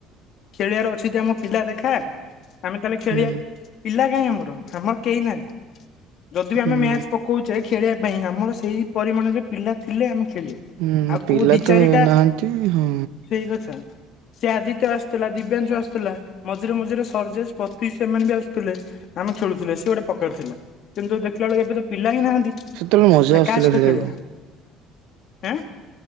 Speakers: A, on the left; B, on the right.
A: ଖେଳିବାର ଅଛି ଯେ ଆମ ପିଲା ଦେଖା। ଆମେ ତାହେଲେ ଖେଳିବା।
B: ହୁଁ
A: ପିଲା କାଇଁ ଆମର ଆମର କେହି ନାହାନ୍ତି। ଯଦି ବି
B: ହୁଁ।
A: ଆମେ ମ୍ୟାଚ ପକଉଛେ ଖେଳିବା ପାଇଁ ଆମର ସେଇ ପରିମାଣରେ ପିଲା ଥିଲେ ଆମେ ଖେଳିବା।
B: ହୁଁ
A: ଆଉ
B: ପିଲା
A: କୋଉ ଦି
B: ତ
A: ଚାରିଟା,
B: ନାହାନ୍ତି ହଁ
A: ସେଇ କଥା। ସେ ଆଦିତ୍ୟ ଆସିଥିଲା। ଦିବ୍ୟାଂଶୁ ଆସୁଥିଲା। ମଝିରେ ମଝିରେ ସର୍ଜେଶ ପତି ସେମାନେ ବି ଆସୁଥିଲେ। ଆମେ ଖେଳୁଥିଲେ ସେ ଗୋଟେ ପ୍ରକାର ଥିଲା। କିନ୍ତୁ ଦେଖିଲା ବେଳେ ଏବେ ତ ପିଲା ହିଁ ନାହାନ୍ତି।
B: ସେତେବେଳେ ମଜା ଆସୁଥିଲା
A: କାହା ସହିତ
B: ଖେଳିବାକୁ।
A: ଖେଳିବା? ଆଁ।